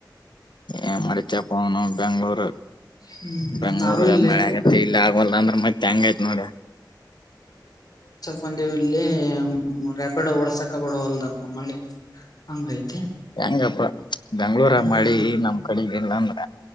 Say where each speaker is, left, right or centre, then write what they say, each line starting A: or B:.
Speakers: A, on the left; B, on the left.
A: ಏ ಮಡತಾ ಪನು ಬೆಂಗ್ಳೂರು
B: ಹ್ಮ್
A: ಬೆಂಗ್ಳೂರು
B: ನಾವು ಇಲ್ಲಿ
A: ಮಳೆ ಆಗತ್ತ ಇಲ್ಲ ಆಗಲ್ಲ ಅಂದ್ರೆ ಮತ್ತೆ ಹೆಂಗಯ್ತ್ ನೋಡಿ
B: ಮಂದ ಇಲ್ಲಿ ರೆಪಿಡ್ ಓಡ್ಸಕ ಬಿಡ ಅಲ್ದಪ್ಪ ಮಳೆ ಹಂಗೈ್ತು
A: ಹೆಂಗಪ್ಪ ಬೆಂಗ್ಳೂರ
B: ಹ್ಮ್
A: ಮಾಡಿ ನಮ್ ಕಡೆಗ ಇಲ್ಲ ಅಂದ್ರ